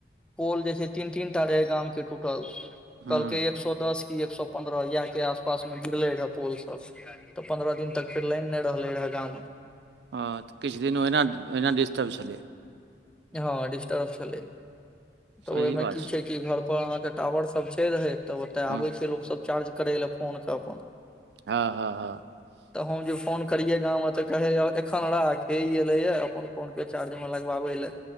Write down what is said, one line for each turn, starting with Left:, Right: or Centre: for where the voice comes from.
Centre: पोल जे छै तीन तीनटा रहय गामके टूट कहलकै
Right: हँ
Centre: एक सए दस की एक सए पन्द्रह इएह के आसपास मे गिरले रहे पोल स तऽ पंन्द्रह दिन तक फेर लान नहि रहले रहे गाँव म
Right: ह तऽ किछु दिन ओहिना ओहिना डिस्टर्ब छल
Centre: हँ डिस्टर्ब छलै तऽ
Right: सही
Centre: ओहिमे
Right: बात
Centre: की छै कि घर पर अहाँके टावर सब छै रहथ तब ओतय
Right: हँ
Centre: आबै छै लोकसभ चार्ज करै लए फोन के अप
Right: ह हँ
Centre: <unintelligible> तऽ हम जे फोन करिये गां में तऽ कहे एखन राख हे एले ये अपन फोन पे चार्ज मे लगवाबे ल